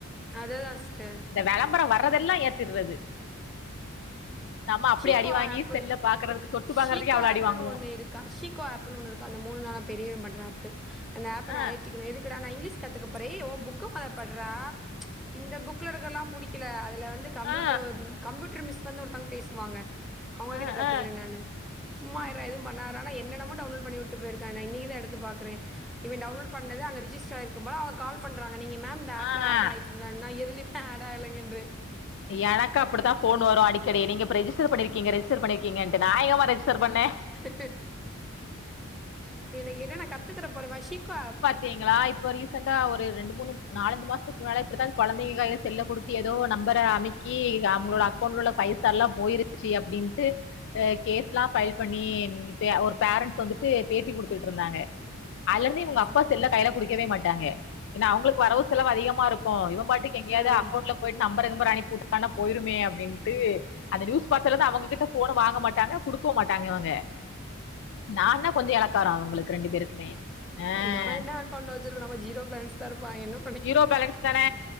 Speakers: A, in the centre; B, on the left (about 60°).
A: அதேதா சிஸ்டர்
B: இந்த வெளம்பரம் வர்றதெல்லா ஏத்திர்றது நம்ம அப்டி
A: ஷீக்கோ
B: அடி வாங்கி
A: ஆப்பு
B: செல்ல பாக்குறதுக்கு தொட்டு பாக்குறதுக்கே
A: ஷீக்கோ
B: அவ்ளோ
A: ஆப்ன்னு
B: அடி வாங்குவோ
A: ஒண்ணு இருக்கா ஷீக்கோ ஆப் ப்புனு ஒன்னு இருக்கு அந்த மூணு நாளா பெரியவன் பண்ற ஆப்பு அந்த ஆப்ப
B: ஆ
A: நா ஏத்திக்கணு எதுக்குடானா நா இங்கிலீஷ் கத்துக்கப்போறே ஓ புக்க மொதல்ல பட்றா இந்த புக்ல இருக்கல்லா புடிக்கல அதுல வந்து கம்ப்யூட்டர்
B: ஆ
A: கம்ப்யூட்டர் மிஸ் பண்ண ஒருத்தங்க பேஸ் வாங்க அவுங்ககிட்ட
B: ஆ
A: கத்துக்கிறே
B: ஆ
A: நானு சும்மாயிர்றா எதுவு பண்ணாத ஆனா என்னனமோ டவுன்லோட் பண்ணிவுட்டு போயிருக்கா நா இன்னைக்கி தா எடுத்து பாக்குறே இவன் டவுன்லோடு பண்ணது அங்க ரிஜெஸ்டர் ஆகி இருக்கும் போல அவுங்க கால் பண்றாங்க நீங்க மேம் இந்த ஆப்ல
B: ஆ ஆ
A: ஆட் ஆயிருக்கீங்களான் நா எதுலயுமே ஆட் ஆகலைங்கன்றே
B: எனக்கு அப்புடிதா போன் வரு அடிக்கடி நீங்க இப்ப ரெஜிஸ்டர் பண்ணியிருக்கீங்க ரெஜிஸ்டர் பண்ணிருக்கீங்கன்ட்டு நா எங்கம்மா ரெஜிஸ்டர் பண்ணே
A: இப்ப எனக்கு என்னனா நா கத்துக்குற போறே வஷிக்கோ ஆப்
B: தீங்களா இப்ப ரீசென்டா ஒரு ரெண்டு மூணு நாலஞ்சு மாசத்துக்கு முன்னால இப்புடிதா கொழந்தைங்க கையில செல்ல குடுத் த்து எதோ ஒரு நம்பர அமிக்கி அவுங்களோட அக்கௌண்ட் உள்ள பைசா எல்லா போயிருச்சு அப்டின்ட்டு அ கேஸ்லா ஃபைல் பண்ணி ஒ பே ஒரு பேரண்ட்ஸ் வந்துட்டு பேட்டி குடுத்துட்ருந்தாங்க அதுல இருந்து இவுங்க
A: நம்
B: அப்பா செல்ல கையில குடுக்கவே மாட்டாங்க ஏன்னா அவுங்களுக்கு வரவு செலவு அதிகமா இருக்கு இவன் பாட்டுக்கு எங்கையாது
A: ஆ
B: அக்கௌண்ட்ல போயிட்டு நம்பர கிம்பர அனுப்பி வுட்டுட்டானா போய்ருமே அப்டின்ட்டு அந்த நியூஸ் பாத்துல இருந்து அவங்ககிட்ட ஃபோன வாங்க மாட்டாங்க குடுக்கவு மாட்டாங்க இவங்க நா என்ன கொஞ்சோ எலக்காரோ அவுங்களுக்கு ரெண்டு பேருக்குமே ஆஹ்
A: நா என்னா அக்கௌன்ட்ல வச்சுருக்குறோ நம்ம ஜீரோ போலன்ஸ்தா இருப்பா இன்னு
B: ஜீரோ பேலன்ஸ் தானே